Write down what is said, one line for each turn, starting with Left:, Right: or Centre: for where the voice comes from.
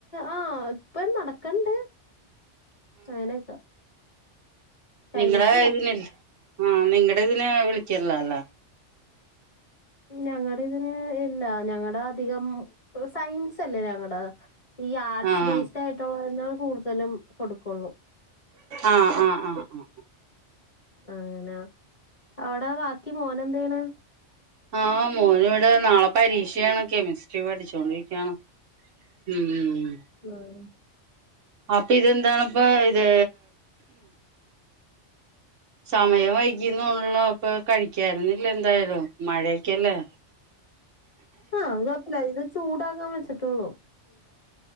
Left: ആഹ ഇപ്പൊ നടക്കണ്ട് അങ്ങനെയൊക്കെ കഴിഞ്ഞിട്ടില്ല
Right: നിങ്ങളടെ ഇതി ആഹ നിങ്ങടെ ഇതിനെ വിളിക്കല്ല അല്ല
Left: ഞങ്ങളുടെ ഇതിന് ഇല്ല ഞങ്ങളടെ അധികം സയൻസ് അല്ലേ ഞങ്ങടെ ഈ ആർട്സ്
Right: ആഹ്
Left: ബേസ്ഡ് ആയിട്ടുള്ള കൂടുതലും കൊടുക്കുള്ളൂ
Right: ആഹ് ആഹ്ആ ഹ്
Left: അങ്ങനാ അവിടെ ബാക്കി മോന എന്തയ്യന്
Right: ആഹ മോനും ഇവിടെ നാളെ പരീക്ഷയാണ് കെമിസ്ട്രി പഠിച്ചോണ്ടിരിക്കയാണ് ഉം ഉ
Left: ആഹ
Right: അപ്പൊ ഇത് എന്താണ്പ്പ ഇത് സമയം വൈകീന്നണല്ലോ ഇപ്പൊ കഴിക്കരുന്നില്ല എന്തായാലും മഴക്കെയല്ലേ
Left: ആ അത് കോഴപ്പല്ല അത് ചൂടാകാൻ വെച്ചിട്ടോള്ളൂ